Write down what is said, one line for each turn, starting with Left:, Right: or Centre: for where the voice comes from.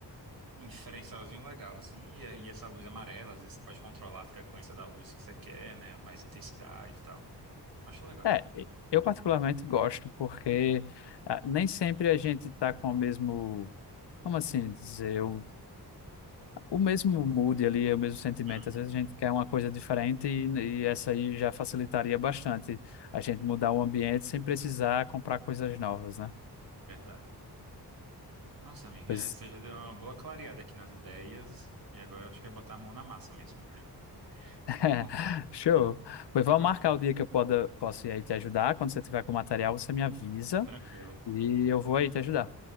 Right: um diferencialzinho legal, assim. E, a- e essa luz amarela, às vezes você pode controlar a frequência da luz que você quer, né? Mais intensidade e tal. Acho legal.
Left: É, eu particularmente gosto, porque ah, nem sempre a gente está com o mesmo, como assim dizer, o o mesmo mood ali, é o mesmo sentimento.
Right: Uhum.
Left: Às vezes a gente quer uma coisa diferente e, e essa aí já facilitaria bastante a gente mudar o ambiente sem precisar comprar coisas novas, né?
Right: Verdade. Nossa, amiga,
Left: Pois,
Right: é, você já deu uma boa clareada aqui nas ideias. E agora acho que é botar a mão na massa mesmo. <laughs>
Left: <laughs>
Right: Comprar.
Left: show. Pois vamos
Right: Show.
Left: marcar o dia que eu poda, posso ir aí te ajudar. Quando você tiver com o material, você me avisa
Right: Tranquilo.
Left: e eu vou aí te ajudar.